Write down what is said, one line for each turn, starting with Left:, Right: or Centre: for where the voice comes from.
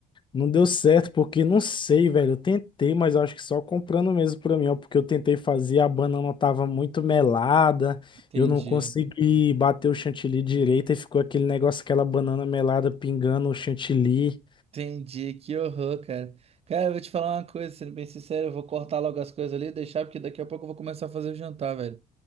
Left: Não deu certo, porque não sei, velho. Eu tentei, mas eu acho que só comprando mesmo pra mim, ó, porque eu tentei fazer, a banana tava muito melada,
Right: Entendi.
Left: eu não consegui bater o chantilly direito, e ficou aquele negócio, aquela banana melada pingando o chantilly.
Right: Entendi, que horror, cara. Cara, eu vou te falar uma coisa, sendo bem sincero, eu vou cortar logo as coisas ali e deixar, porque daqui a pouco eu vou começar a fazer o jantar, velho.